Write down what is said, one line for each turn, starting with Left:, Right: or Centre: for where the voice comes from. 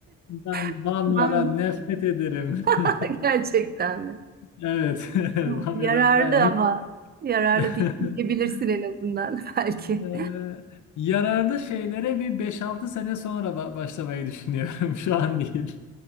Left: Ben
Right: <laughs>
Left: bamyadan
Right: Bamya
Left: nefret ederim. <laughs>
Right: <laughs> gerçekten mi?
Left: Evet, <laughs>
Right: Tamam.
Left: bamyadan
Right: Yararlı
Left: ben hiç
Right: ama yararlı
Left: <laughs>
Right: değil diyebilirsin en azından <laughs> belki.
Left: Eee, yararlı şeylere bir beş altı sene sonra ba- başlamayı düşünüyorum. <laughs> Şu an değil.